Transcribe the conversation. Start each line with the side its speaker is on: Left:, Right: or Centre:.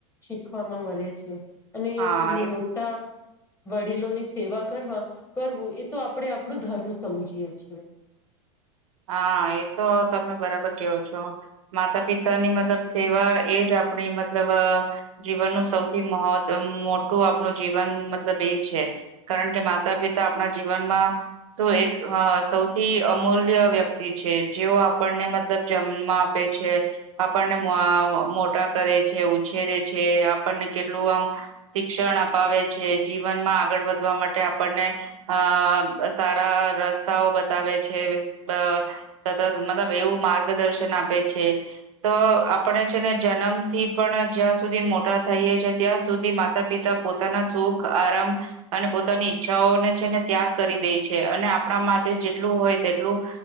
Left: શીખવામાં મળે છે અને
Right: હા એ
Left: મોટા વડીલોની સેવા કરવા કરવું એ તો આપણે આપણું ધર્મ સમજીય છીએ.
Right: <inaudible> હા એતો તમે બરાબર કેવો છો માતા પિતા ની મતલબ સેવા એ જ આપણી મતલબ જીવનનું સૌથી મહ મોટું આપણું જીવન મતલબ એ છે. કારણ કે માતા પિતા આપણા જીવનમાં શું એક સૌથી અમૂલ્ય વ્યક્તિ છે. જેઓ આપણને મતલબ જમમાં આપે છે આપણને મોટા કરે છે, ઉછેરે છે. આપણને કેટલું આમ શિક્ષણ અપાવે છે. જીવનમાં આગળ વધવા માટે આપણને અ સારા રસ્તાઓ બતાવે છે. અ સતત મતલબ એવું માર્ગદર્શન આપે છે. તો આપણે છે ને જન મ થી પણ જ્યાં સુધી મોટા થઈએ છે ત્યાં સુધી માતા પિતા પોતાના સુખ આરામ અને પોતાની ઈચ્છાઓને છેને ત્યાગ કરી દે છે અને આપણા માટે જેટલું હોય તેટલું